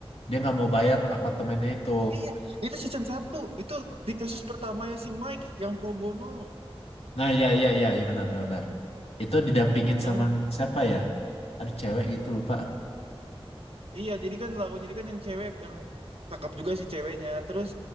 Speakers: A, on the left; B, on the right.
A: dia nggak mau bayar apartemennya itu.
B: Iya, itu season satu. Itu di kasus pertamanya si Mike yang pro bono.
A: Nah ya ya ya ya benar benar benar. Itu didampingin
B: Yang
A: sama siapa ya? Ada cewek gitu lupa.
B: iya, jadi kan lawannya jadi kan yang cewek yang cakep juga si ceweknya. Terus